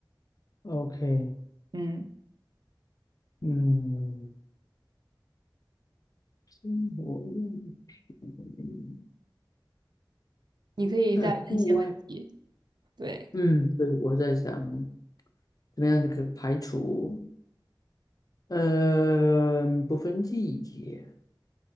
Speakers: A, on the left; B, on the right.
A: ？OK，
B: 嗯，
A: 嗯，生活用品
B: 你可以再问一些问题。
A: 在户外。
B: 对，
A: 嗯，对，我在想怎么样这个排除，呃，不分季节。